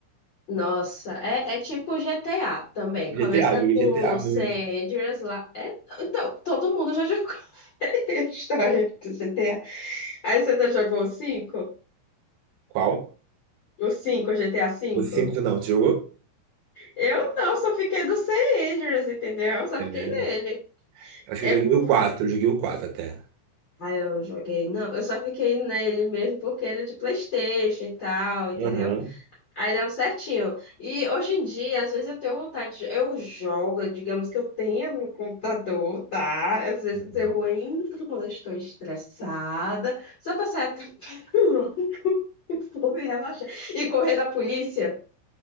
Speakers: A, on the left; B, on the right.
A: nossa, é, é tipo GTA também. Começa
B: GTA, joguei
A: com
B: GTA
A: o San
B: muito.
A: Andreas lá. É, então, todo mundo já jogou <laughs> a história do GTA. Aí você tá jogou o 5,
B: Qual?
A: O 5, GTA cinco.
B: O 5 não, tu jogou?
A: Eu não, só fiquei do San Andreas, entendeu? Eu só
B: Ele-
A: fiquei nele.
B: Acho
A: É
B: que eu
A: porque.
B: joguei o 4 eu joguei o quatro até.
A: Ah, eu não joguei, não. Eu só fiquei nele mesmo porque ele é de PlayStation e tal, entendeu?
B: Aham.
A: Aí dava certinho. E hoje em dia, às vezes eu tenho vontade de... Eu jogo, digamos que eu tenha no computador, tá? Às vezes
B: Uhum.
A: eu entro quando eu estou estressada, só pra sair até <laughs> vou me relaxar. E correr da polícia.